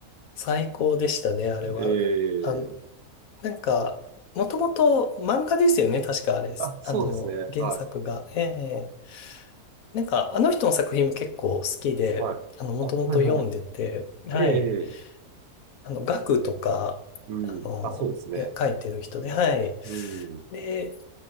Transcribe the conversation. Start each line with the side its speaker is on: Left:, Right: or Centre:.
Left: 最高でしたね、あれは。
Right: ええ
Left: あの、なんか、もともと漫画ですよね、確かあれ。
Right: あ、そうですね。
Left: あの、原作が。
Right: はい。
Left: ええなんか、あの人の作品も結構好きで、
Right: はい。
Left: あの、もともと読んでて、
Right: あ、はいはい。
Left: はい。
Right: ええ
Left: あの、ガクとか、
Right: うん。
Left: あの、
Right: あ、そうですね。
Left: いや、書いてる人で、はい。
Right: うん。
Left: で、